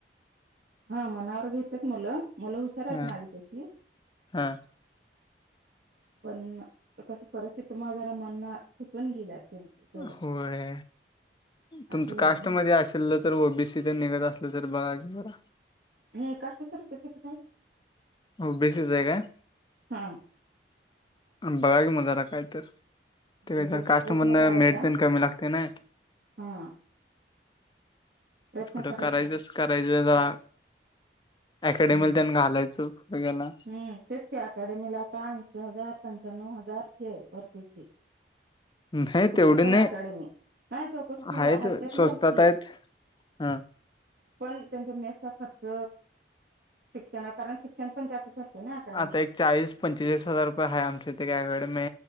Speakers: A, on the right; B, on the left.
A: हा मनावर घेतात मुलं मुलं हुशार आहेत
B: हा
A: माझी तशी
B: हा
A: पण कसं परिस्थिती मुळे जरा मनना खचून गेल्यात. त्यांची दोघांची
B: होय तुमचं
A: असं झालं
B: कास्टमध्ये
A: ना
B: असेल तर ओबीसी तेन निघत असलं तर बघा की जरा
A: हा कास्ट सर्टिफिकेट आहे.
B: हो ओ बी सीच आहे काय?
A: हां
B: बघा कि तर मग काहीतरी
A: बघूया
B: ते
A: की
B: कास्टमधन
A: प्रयत्न करायचा
B: मेरिट पण कमी लागते ना?
A: हा प्रयत्न
B: पुढ
A: करायचा
B: करायचं करायचं जरा अकॅडमीला
A: हम्म
B: त्यांना घालायचं. हो गेला <unintelligible>
A: हम्म तेच कि अकॅडमीला आता ऐंशी हजार पंच्याण्व हजार फी आहे वर्षाची.
B: नाही
A: कुठली
B: तेवढे नाही
A: पण अकॅडमी नाही चौकशी केली
B: आहेत
A: हलक्यातली
B: स्वस्तात
A: हलकी
B: आहेत हा
A: पण त्यांच्या मेसचा खर्च शिक्षणा कारण शिक्षण पण त्यातच असते ना अकॅडमीत
B: आता एक चाळीस पंचेचाळीस हजार रुपये आहे आमच्या इथं एक अकॅडमी